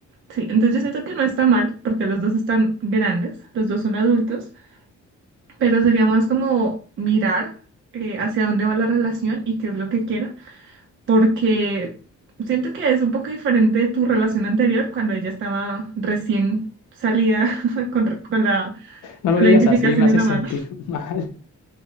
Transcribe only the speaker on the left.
No lo
digas
así, me hace
sentir
<laughs> mal.